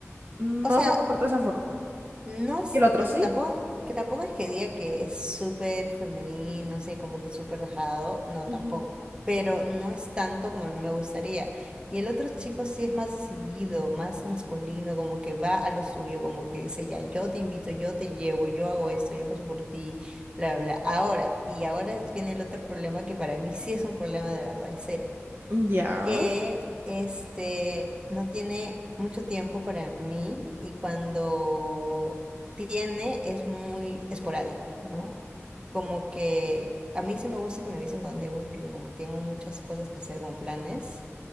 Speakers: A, on the right; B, on the right.
A: no
B: O sea,
A: se comporta de esa forma.
B: no es,
A: Y el otro
B: o
A: sí.
B: sea, tampoco es, que tampoco es que diga que es súper femenino, así como que súper dejado, no
A: Ujú,
B: tampoco, pero no es tanto como a mí me gustaría. Y el otro chico sí es más decidido, más masculino, como que va a lo suyo, como que dice, ya, yo te invito, yo te llevo, yo hago esto, yo paso por ti, bla, bla, bla. Ahora, y ahora es- viene el otro problema que para mí sí es un problema de verdad y serio
A: Ya.
B: que este no tiene mucho tiempo para mí y cuando tiene es muy esporádico, ¿no? Como que a mí sí me gusta que me avisen con tiempo porque como tengo muchas cosas que hacer como planes,